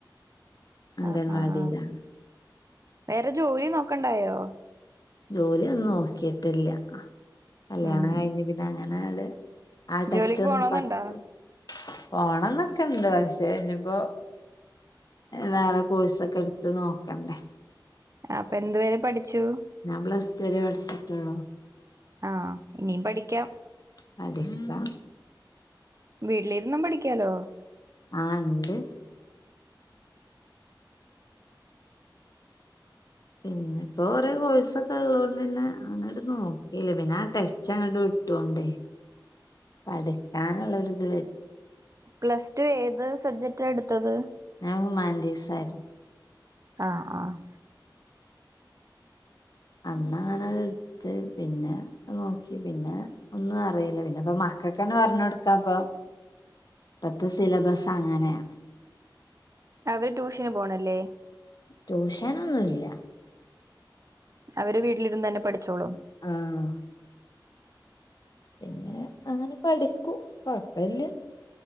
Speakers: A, on the left (about 55°); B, on the right (about 40°).
A: അംഗൻവാടിയിലാണ്
B: ആഹ് ആഹ് ആഹ് വേറെ ജോലി നോക്കണ്ടായോ
A: ജോലി ഒന്നും നോക്കിട്ടില്ലാ കല്യാണം
B: ഉം
A: കഴിഞ്ഞ് പിന്നെ അങ്ങനാട് ആടച്ചൊന്നും
B: ജോലിക്ക് പോണോന്നുണ്ടോ
A: <unintelligible> പോണന്നൊക്കെ ഇണ്ട് പക്ഷെ ഇനിയിപ്പോ വേറെ കോഴ്സൊക്കെ എടുത്ത് നോക്കണ്ടേ
B: ആഹ് അപ്പൊ എന്ത് വരെ പഠിച്ചു
A: ഞാൻ പ്ലസ് ടു വരെ പഠിച്ചിട്ടുള്ളൂ
B: ആഹ് ഇനിയും പഠിക്കാം
A: പഠിക്കാം
B: വീട്ടിലിരുന്നും പഠിക്കാലോ
A: ആഹ് ളണ്ട് പിന്നെ ഇപ്പോ കൊറെ കോഴ്സൊക്കെ ഇള്ളോണ്ട് പിന്നെ അങ്ങനാട്ട് നോക്കില്ലാ പിന്നെ ആ ടെച്ച് അങ്ങട് വിട്ടോണ്ടേ പഠിക്കാന്ള്ളൊര് ഇത് വെര്
B: പ്ലസ് ടു ഏത് സബ്ജക്റ്റാ എടുത്തത്?
A: ഞാൻ ഹ്യുമാനിറ്റീസ് ആയിരുന്നു
B: ആഹ് ആഹ്
A: അന്നങ്ങനെ എടുത്ത് പിന്നെ നോക്കി പിന്നെ ഒന്നും അറിയില്ല പിന്നെ ഇപ്പ മക് മക്കക്കെന്നെ പറഞ്ഞ് കൊടുക്കാപ്പം ഇപ്പത്തെ സിലബസ് അങ്ങനെയാ
B: അവര് ട്യൂഷന് പോണില്ലേ
A: ട്യൂഷനൊന്നുല്ലാ
B: അവര് വീട്ടിലിരുന്ന് തന്നെ പഠിച്ചോളും
A: ഉം പിന്നെ അങ്ങനെ പഠിക്കും കൊഴപ്പല്ലാ